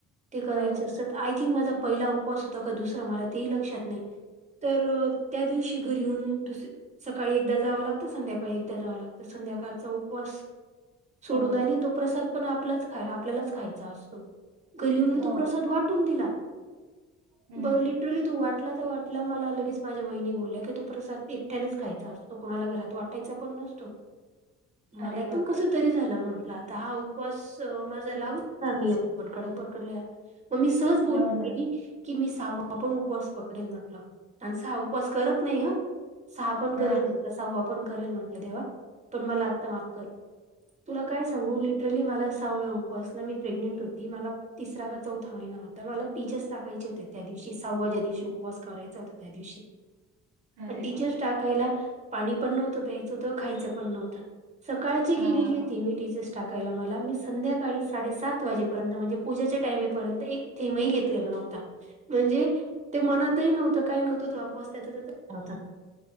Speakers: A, on the right; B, on the right.
A: ते करायचं
B: हो
A: अस आय थिंक माझा पहिला उपवास होता का दुसरा मला तेही लक्षात नाही तर त्या दिवशी घरी येऊन दुसर सकाळी एकदा जावं लागतं संध्याकाळी एकदा जावं लागतं संध्याकाळचा उपवास सोडून
B: हो
A: आली तो प्रसाद पण आपलाच खाला आपल्यालाच खायचा असतो गरींनी
B: हो.
A: तो प्रसाद वाटून दिला
B: हम्म
A: बरं लिटरली तो वाटला तर वाटला मला लगेच माझ्या वहिनी बोलल्या की तो प्रसाद एकट्यानेच खायचा असतो तो कोणाला घरात वाटायचा पण नसतो मला
B: अरे
A: एकदम
B: बापरे
A: कस तरी झालं म्हंटलं आता हा उपवास माझा लागू मी आपण कडक पडकडलेला मग मी सहज बोलून
B: हो ना
A: गेली की मी सावा पण उपवास पकडेल म्हटलं आणि स उपवास करत नाही ह सहा पण करेल
B: हा.
A: म्हटलं सहावा पण करेल म्हटलं देव्हा पण मला आत्ता माफ कर तुला काय सांगू लिटरली मला सहाव्याप असला मी प्रेग्नेंट होती मला तिसरा का चौथा महिना होता मला पीचेस टाकायचे हो त्या दिवशी सव्वा ज्या दिवशी उपवास करायचा होता त्या दिवशी
B: अरे
A: पण तिचेच
B: बापरे!
A: टाकायला पाणी पण नव्हतं प्यायचंत खायचं पण नव्हतं सकाळची गेलेली
B: हां.
A: होती मी टीचर्स टाकायला मला मी संध्याकाळी साडेसात वाजेपर्यंत म्हणजे पूजेच्या टाईमपर्यंत एक थेंही घेतलेला नव्हता म्हणजे ते मनातही नव्हतं काही नव्हतं त वापस त्याच हो